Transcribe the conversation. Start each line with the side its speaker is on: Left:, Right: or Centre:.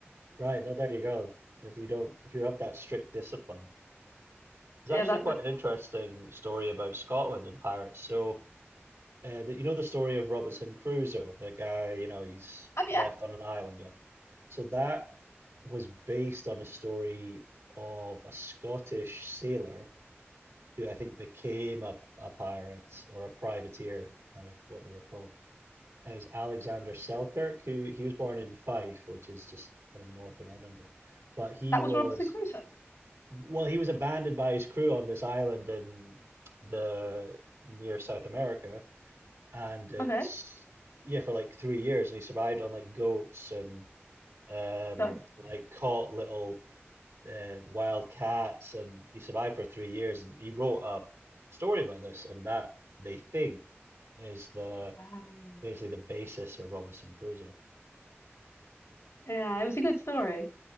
Right: Right. Well, there you go. If you don't, if you have that strict discipline. It's
Left: Yeah,
Right: actually
Left: that,
Right: quite
Left: that-
Right: an interesting story about Scotland and pirates. So, uh, the, you know the story of Robinson Crusoe, the guy, you know, he's
Left: Oh yeah,
Right: left on an island. yeah. So that was based on a story of a Scottish sailor who I think became a, a pirate or a privateer, kind of what they were called. And it was Alexander Selkirk, who he was born in Fife, which is just kind of north of Edinburgh. But he
Left: that
Right: was
Left: was Robinson Crusoe.
Right: well, he was abandoned by his crew on this island in the near South America, and it's
Left: Okay,
Right: yeah for like three years, and he survived on like goats and um
Left: sorry.
Right: like caught little uh, wild cats, and he survived for three years, and he wrote a story about this, and that they think is the
Left: Um,
Right: basically the basis of Robinson Crusoe.
Left: yeah, it was a good story.